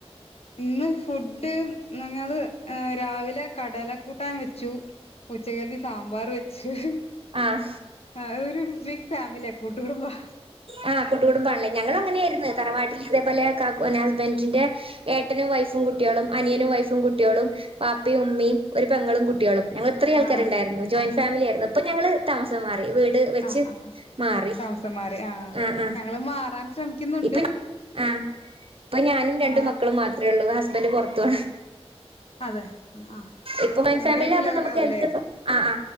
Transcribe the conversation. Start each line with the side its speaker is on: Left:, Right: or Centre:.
Left: ഇന്ന് ഫുഡ് ഞങ്ങള് രാവിലെ കടല കൂട്ടാൻ വെച്ചു ഉച്ചക്ക് സാമ്പാർ വെച്ചു
Right: ആഹ്
Left: ആ ബിഗ് ഫാമിലിയ ആ കൂട്ടു കുടുംമ്പ
Right: ആഹ് കുട്ടു കുടുംബാണല്ലേ ഞങ്ങൾ അങ്ങനെയ ആയിർന്നു തറവാടി ഇതേപോലെ കാകും ഹസ്ബൻഡിന്റെ ഏട്ടനും വൈഫും കുട്ട്യോളും അനിയനും വൈഫും കുട്ട്യോളും ബാപ്പയും ഉമ്മയും ഒരു പെങ്ങളും കുട്ട്യോളും ഞങ്ങള് ഇത്രയും ആൾക്കാരു
Left: ആ
Right: ഉണ്ടായിരുന്നു ജോയിന്റ് ഫാമിലിയായിര്ന്ന് ഇപ്പൊ ഞങ്ങള് താമസം മാറി വീട് വെച്ച്
Left: ആ ആ
Right: മാറി
Left: താമസം മാറി ആ
Right: ആഹ് ആഹ്
Left: ഞങ്ങള് മാറാൻ ശ്രമിക്കുന്നുണ്ട്
Right: ഇപ്പൊ ആഹ് ഇപ്പൊ ഞാനും രണ്ടു
Left: ആ
Right: മക്കളും മാത്രേ ഒള്ളൂ ഹസ് സ്ബന്റ് പൊർത്തൊ
Left: അതെ ആ
Right: ഇപ്പ മൈ ഫാമിലി
Left: ഗൾഫിലൊക്കെ
Right: ആകുമ്പോ നമുക്ക്
Left: ആവൂലേ
Right: എന്ത് ആ ആ